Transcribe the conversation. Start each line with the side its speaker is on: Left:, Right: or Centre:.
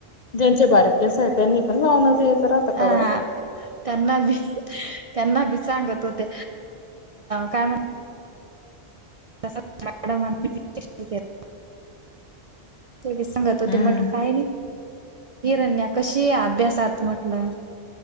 Left: ज्यांचे बारक केस आहेत, त्यांनी पण लावूनच यायचं का
Right: ह,
Left: बरं
Right: त्यांना बी, त्यांना बी, सांगत ते काय म्हण <unintelligible> <inaudible> <unintelligible> सांगत होते,
Left: हम्म
Right: म्हट काय नाही हिरण्या कशी अभ्यासात म्हटलं